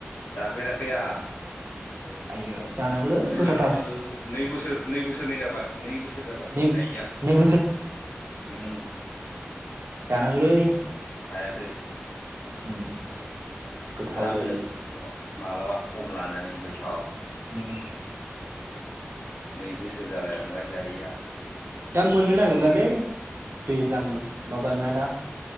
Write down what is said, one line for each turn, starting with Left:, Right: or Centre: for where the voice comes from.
Left: जाफेराखै आं ओहो
Right: आइयो जानांगौलै
Left: बोसोर
Right: गोथावथार
Left: नै बोसोर नै बोस बोसोरनै जाबाय नै बोसोर जाबाय
Right: नै
Left: जायैया
Right: नै
Left: उम
Right: जानांगलै
Left: हायाखै
Right: उम गोथाव
Left: जागोन
Right: जायो
Left: र' मालाबा सम लानानै गोथ
Right: उम
Left: दु बोसोर जालाय लांबाय जायैआ
Right: दा मोननो नागिरलालै दैज्लां
Left: औ
Right: माबाना दा